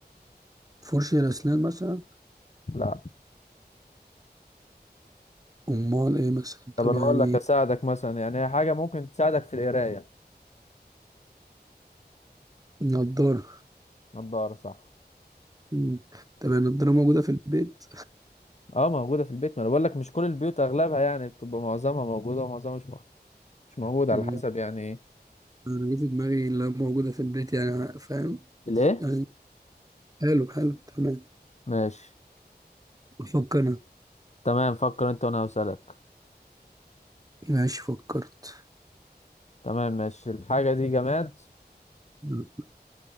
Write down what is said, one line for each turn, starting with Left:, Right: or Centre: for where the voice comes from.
Right: فرشة الأسنان مثلا
Left: لا
Right: أمال إيه مثلا
Left: طب
Right: طب
Left: انا
Right: يعني
Left: اقول لك اساعدك مثلا يعني هي حاجه ممكن تساعدك في القرايه
Right: نضارة
Left: نضاره صح
Right: مم، طب يعني النضارة موجودة في البيت
Left: اه موجوده في البيت ما انا بقول لك مش كل البيوت اغلبها يعني بتبقى معظمها موجوده ومعظمها مش مو- مش موجوده
Right: <laughs>
Left: على حسب يعني ايه
Right: انا جه في دماغي اللي موجوده في البيت يعني فاهم
Left: الايه
Right: يعني حلو حلو تمام
Left: ماشي
Right: افكر انا
Left: تمام فكر انت وانا هسألك
Right: ماشي فكرت
Left: تمام ماشي الحاجه دي جماد
Right: لا